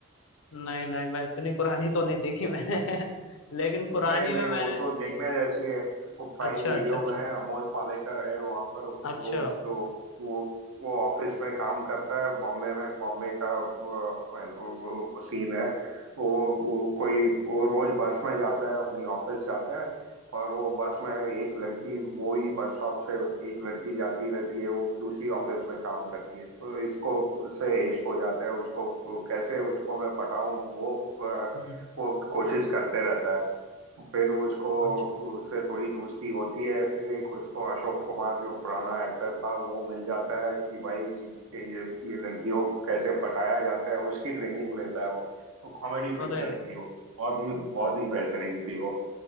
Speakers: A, on the left; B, on the right.
A: नहीं नहीं मैं इतनी पुरानी तो नहीं देखी मैंने <laughs> लेकिन पुरानी
B: नहीं
A: में
B: नहीं
A: मैंने
B: वो तो देखने जैसी है वो प्राइम
A: अच्छा
B: वीडियो
A: अच्छा अच्छा
B: में है, अमोल पालेकर है वहां पर वो
A: अच्छा
B: तो वो वो ऑफिस में काम करता है बॉम्बे में बॉम्बे का वो, सीन है वो वो कोई वो रोज बस में जाता है अपनी ऑफिस जाता है और वो बस में एक लड़की वो ही बस स्टॉप से एक लड़की जाती रहती है वो दूसरी ऑफिस में काम करती है तो इसको उससे इश्क हो जाता है उसको वो कैसे उसको मैं पटाऊं वो अ,
A: हम्म
B: वो कोशिश करते रहता है फिर उसको
A: अच्छा
B: उससे थोड़ी दोस्ती होती है फिर एक उसको अशोक कुमार जो पुराना एक्टर था वो मिल जाता है कि भाई कि ये ये लड़कियों को कैसे पटाया जाता है उसकी ट्रेनिंग लेता है वो वो कॉमेडी
A: अरे
B: पिक्चर थी वो बहुत ही बहुत ही बेहतरीन थी वो